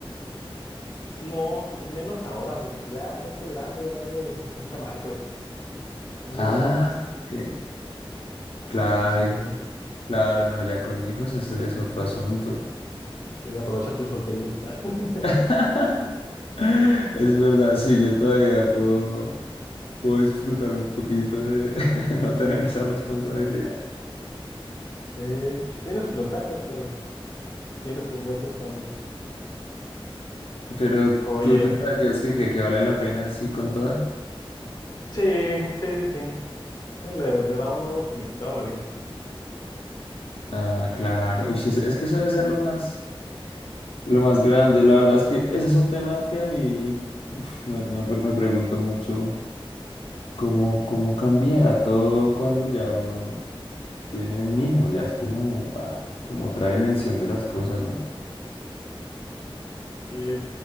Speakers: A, on the left; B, on the left.
A: No, y menos ahora, porque pues ya, ya estoy grande, ya tengo un chamaco, y ya no
B: Ah,
A: es tan fácil.
B: ok. Claro,
A: Sí.
B: y claro, no, ya con hijos eso es otro asunto.
A: Sí, aprovecha tu soltería. <laughs>
B: <laughs> Es verdad, sí, yo todavía puedo, puedo disfrutar un poquito de <laughs> no tener esa responsabilidad.
A: Eh, tiene sus ventajas, pero tiene sus retos también.
B: Pero
A: Oye,
B: tú pensarías que, que, que vale la pena así con toda.
A: sí, sí, sí, sí. Le, le da un nuevo significado a la vida.
B: Ah, claro. Uy, es, es que eso debe ser lo más. Lo más grande, la verdad es que ese es un tema que a mí uf, me, me, pre- me pregunto mucho cómo, cómo cambiará todo cuando ya uno tiene un hijo, ya es como, wow, como otra dimensión de las cosas, ¿no?
A: Y